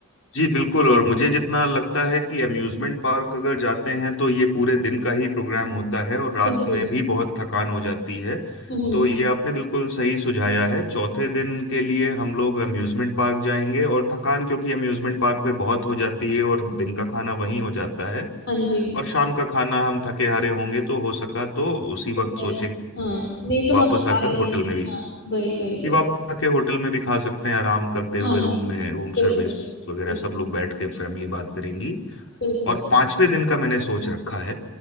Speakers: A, on the left; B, on the left.
A: जी बिल्कुल और मुझे जितना लगता है कि अम्यूजमेंट पार्क अगर जाते हैं तो ये पूरे दिन का ही प्रोग्राम होता है और रात
B: बिल्कुल
A: में भी बहुत थकान हो जाती है
B: हम्म
A: तो ये आपने बिल्कुल सही सुझाया है चौथे दिन के लिए हम लोग अम्यूजमेंट पार्क जाएंगे और थकान क्योंकि अम्यूजमेंट पार्क में बहुत हो जाती है और दिन का खाना वहीं हो जाता है
B: हाँ जी
A: और शाम का खाना हम थके हारे होंगे तो हो सका तो उसी
B: Okay.
A: वक्त सोचेंगे
B: हाँ नहीं तो
A: वापस
B: मंगवा
A: आकर
B: लेंगे
A: होटल में भी
B: हाँ वही वही
A: कि
B: वही
A: वापस आके होटल में भी खा सकते हैं आराम करते हुए
B: हाँ
A: रूम
B: जी
A: में रूम
B: बिल्कुल
A: सर्विस वगैरह
B: बिल्कुल
A: सब लोग बैठ के फैमिली बात करेंगी
B: बिल्कुल
A: और पांचवें दिन का मैंने सोच रखा है